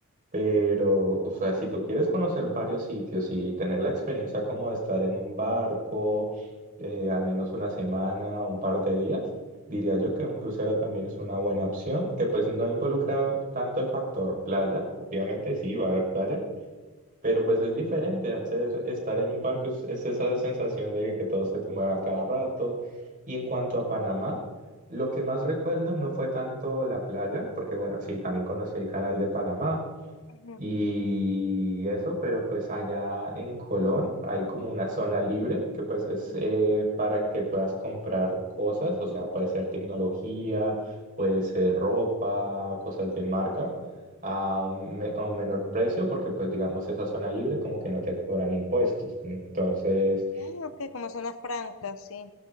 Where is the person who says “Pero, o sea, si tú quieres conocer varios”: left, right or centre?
Right